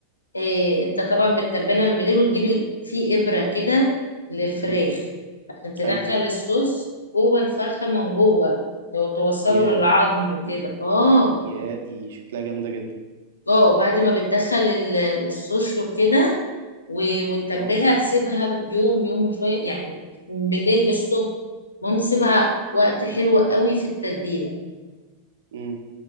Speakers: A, on the left; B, on the right.
A: إيه انت طبعا بتتبلها من بالليل وتجيب ال- في ابرة كده للفراخ
B: امم
A: عشان تدخل
B: ايوه
A: الصوص جوه الفرخة من جوه وتوصله
B: ياه
A: للعظم وكده اه
B: ياه دي شكلها جامدة جدا
A: اه بعد ما بتدخل ال- الصوص وكده و- وتتبلها
B: اه
A: تسيبها يوم يوم وشوية يعني من بالليل للصبح المهم تسيبها وقت حلو قوي في التتبيلة
B: امم